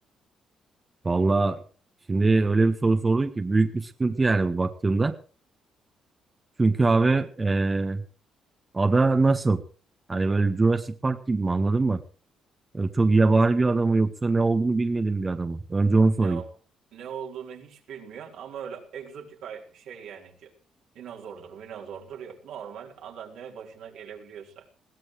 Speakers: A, on the right; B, on the right.
A: Valla şimdi öyle bir soru sordun ki büyük bir sıkıntı yani bu baktığında. Çünkü abi e, ada nasıl? Hani böyle Jurassic Park gibi mi anladın mı? Öyle çok yabani bir adamı yoksa ne olduğunu bilmediğim bir adamı. Önce onu
B: Ne
A: sorayım.
B: ne olduğunu hiç bilmiyorsun ama öyle egzotik ay- şey yani c- dinozordur, minozordur yok. Normal adam ne başına gelebiliyorsa.